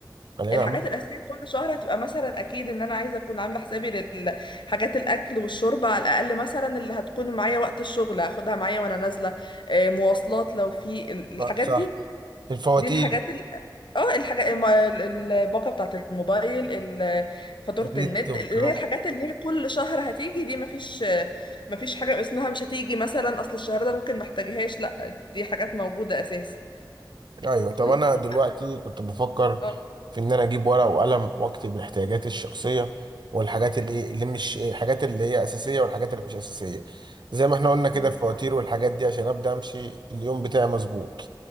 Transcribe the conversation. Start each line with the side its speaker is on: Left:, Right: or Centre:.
Right: خلينا
Left: الحاجات
Right: نعمل
Left: الاساسيه كل شهر هتبقى مثلا اكيد ان انا عايزه اكون عامله حسابي للحاجات الاكل والشرب على الاقل مثلا اللي هتكون معايا وقت الشغل هاخدها معايا وانا نازله آه، مواصلات لو في ال- الحاجات
Right: صح
Left: دي
Right: الفواتير
Left: دي الحاجات ال... اه الحاجات الم- ال- الباقه بتاعت الموبايل ال- فاتوره
Right: النت
Left: النت
Right: والكلام
Left: اللي هي الحاجات اللي هي كل شهر هتيجي دي مفيش مفيش حاجه اسمها مش هتيجي مثلا اصل الشهر ده ممكن محتاجهاش لا دي حاجات موجوده اساسي
Right: ايوه طب
Left: ممكن
Right: انا دلوقتي كنت بفكر
Left: اه
Right: في ان انا اجيب ورقه وقلم واكتب الاحتياجات الشخصيه والحاجات اللي إيه- اللي مش الحاجات اللي هي اساسيه والحاجات اللي مش اساسيه زي ما احنا قلنا كده
Left: تمام.
Right: الفواتير والحاجات دي عشان ابدا امشي اليوم بتاعي مظبوط